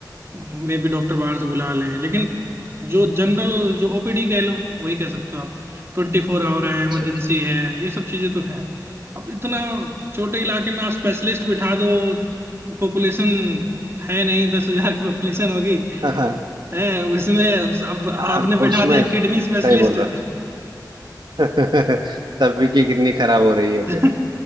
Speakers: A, on the right; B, on the right.
A: मे भी डॉक्टर बाहर से बुला लें लेकिन जो जनरल जो ओपीडी कह लो वही कह सकते हो आप ट्वेंटी फोर आवर है
B: अच्छा
A: इमरजेंसी
B: अच्छा
A: है ये सब चीजें तो है अब इतना छोटे इलाके में आप स्पेशलिस्ट बिठा दो पॉपुलेशन है नहीं दस हजार की पॉपुलेशन होगी
B: अच्छा <laughs>
A: है उसमें अब आपने
B: हाँ तो
A: बिठा
B: उसमें
A: दिया
B: सही
A: किडनी स्पेशलिस्ट
B: बोल रहा हूँ <laughs> सभी की किडनी खराब हो रही है
A: <laughs>